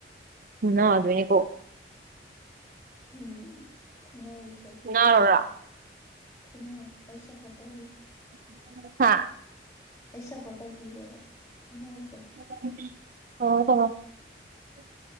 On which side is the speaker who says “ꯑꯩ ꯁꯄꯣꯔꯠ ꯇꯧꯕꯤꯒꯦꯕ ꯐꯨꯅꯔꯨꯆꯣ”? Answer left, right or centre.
Left